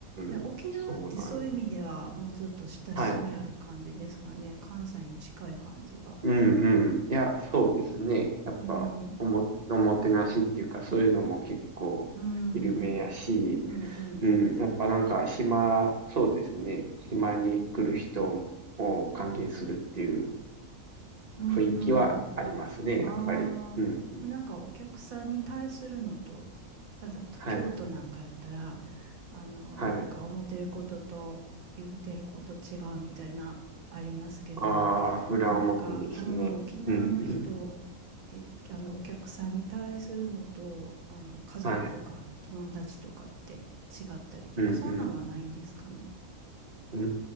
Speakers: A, on the right; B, on the right.
A: えで沖縄ってそういう意味ではもうちょっと親しみある感じですかね。
B: ん。そうなんや。はい。
A: 関西に近い感じが。
B: うんうん。いや、そうですね。やっぱ、
A: うん、
B: おも、おもてなしっていうか、そういうのも結構
A: うん、
B: 有名やし、
A: うん、うん、
B: うん。やっぱなんか、島、そうですね。島に来る人を歓迎するっていう
A: うん、
B: 雰囲気はありますね、
A: うん。
B: やっぱり。
A: ああ、
B: うんうん。
A: でもなんかお客さんに対するのと、ただと京都なんかやったら、
B: はい。
A: あの、
B: はい。
A: なんか思ってることと言うてること違うみたいな、ありますけど、
B: ああ、裏表ですね。
A: なんか、うん、沖縄の人
B: うんうん。
A: で、あの、お客さんに対するのと、あの、家族とか友達とかって違ったりとか、
B: はい。うんうん。
A: そんなんはないんですかね。
B: うー